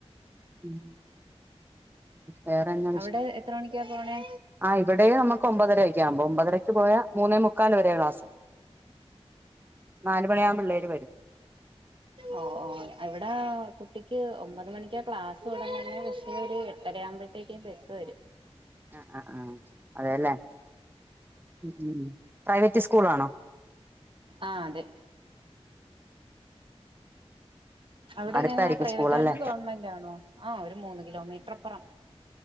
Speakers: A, on the right (about 20°); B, on the right (about 50°).
A: ഉം വേറെന്നാ വിശേ
B: അവിടെ എത്ര മണിക്കാ പോണേ
A: ആ ഇവിടെ അമുക്ക് ഒമ്പതരക്ക ആകുമ്പോ ഒമ്പതരയ്ക്ക് പോയാ മൂന്നേ മു ക്കാല് വരെയാ ക്ലാസ് നാലുമണിയാമ്പ പിള്ളേര് വരും
B: ഓഹ് ഓഹ് ഇവിട കുട്ടിക്ക് ഒമ്പത് മണിക്കാ ക്ലാസ് തുടങ്ങുന്നേ പക്ഷേ ഒരു എട്ടരയാവുമ്പോഴത്തേക്ക് ബസ് വരും
A: ആഹ് ആഹ് ആഹ് അതെല്ലേ <unintelligible> സ്കൂളാണോ
B: ആഹ് അതെ, അവിടെ
A: അടുത്തായിരിക്കും
B: എങ്ങനെ പ്രൈവറ്റ്
A: സ്കൂളല്ലേ
B: ആണോ? ഗവണ്മെന്റാണോ? ആഹ് ഒര് മൂന്ന് കിലോമീറ്റർ ഇപ്പറം